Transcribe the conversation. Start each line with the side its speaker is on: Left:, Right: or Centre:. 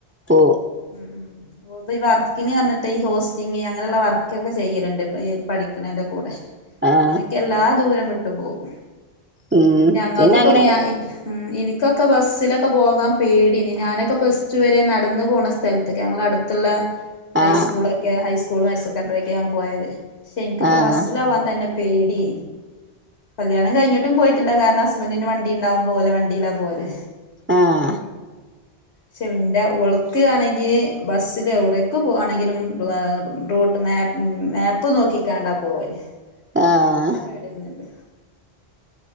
Right: പോ
Left: ഉം ഉം ഓഈ വർക്കിന് പറഞ്ഞിട്ട് ഈ ഹോസ്റ്റിങ് അങ്ങനെയുള്ള വർക്ക്ക്കെ ചെയ്യലുണ്ട് പഠ ക്കണെന്റെ കൂടെ
Right: ആഹ്
Left: അങ്ങനെയൊക്കെ എല്ലാ ദൂര വിട്ടു പോകും
Right: ഉം
Left: ഞങ്ങൾക്കൊക്കെ
Right: പിന്നെ അങ്ങനെ
Left: ഞ ഇനി എനിക്കൊ യൊക്കെ ബസ്സി ഒക്കെ പോകാൻ പേടിന് ഞാനൊക്കെ പ്ലസ്ടു വരെ നടന്ന പോകണ സ്ഥലത്തൊക്കെ ഞങ്ങളൾ അടുത്ത് ള്ള ഹൈസ്കൂളക്കെ
Right: ആഹ്
Left: ഹൈസ്കൂളും ഹയർ സെക്കൻഡററി ഒക്കെ <unintelligible> പോയത് ശനിക്കപ്പ
Right: ആഹ്
Left: ബസിലെവനെ തന്നെ പേടി കല്ല്യാണം കഴിഞ്ഞിട്ടും പോയിട്ടില്ല കാരണം ഹസ്ബൻറിന് വണ്ടി ഉണ്ടാവുപോലെ ഒരേ വണ്ടിയിലാ പോവല്ലേ
Right: ആഹ്
Left: ച്ച് എന്റെ ഉളക്കയാണെങ്കില് ബസ്സില് എവിടേക്ക് പോവാണെങ്കിലും റൂട്ട് മാപ്പ് മാപ്പ് നോക്കിക്കാണ്ടാ പോവല്
Right: ആഹ്
Left: അവർക്കാ പേടിയൊന്നുമില്ല